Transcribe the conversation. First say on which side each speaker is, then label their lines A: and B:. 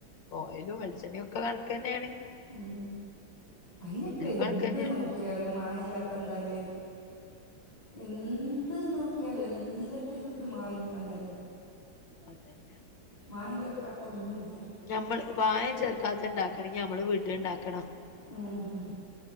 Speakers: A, on the left; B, on the left.
A: ഓയിലും വെളിച്ചെണ്ണ ഒക്കെ കണക്ക് തന്നെ ഏണ്
B: ഉം അയിന് ഇപ്പ എന്ത്
A: കണക്കന്നെയാണ്
B: നോക്കിയാലും മായല്ലാത്ത എന്താല്ലേ എന്ത് നോക്കിയാലും എല്ലത്തിലും ഇത് മായം തന്നല്ലേ
A: അതന്നെ
B: മായം ചേർക്കാത്ത ഒന്നും ഇല്ല
A: ഞമ്മള് പായം ചേർക്കാത്ത ഇണ്ടാക്കണ് എങ്കി ഞമ്മള് വീട്ടില് ഇണ്ടാക്കണം
B: ഉം ഉം